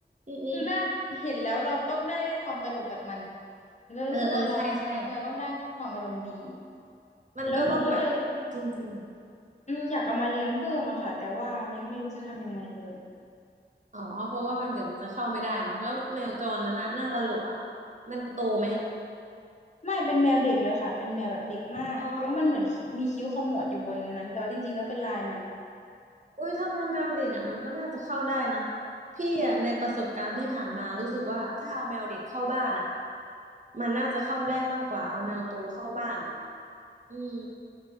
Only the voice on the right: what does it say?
อืมอืม
เออเออใช่ใช่มันก็ต้องแบบ
จริง
ๆอ๋อเพราะว่ามันเดี๋ยวมันจะเข้าไม่ได้เนาะแล้วแมวจรนั้นน่ะน่าตลกอ่ะมันโตไหม
อ๋ออุ้ยถ้าเป็นแมวเด็กอ่ะมันก็น่าจะเข้าได้นะพี่อ่ะในประสบการณ์ที่ผ่านมารู้สึกว่าถ้าเอาแมวเด็กเข้าบ้านอ่ะมันน่าจะเข้าได้มากกว่าเอาแมวโตเข้าบ้านอืม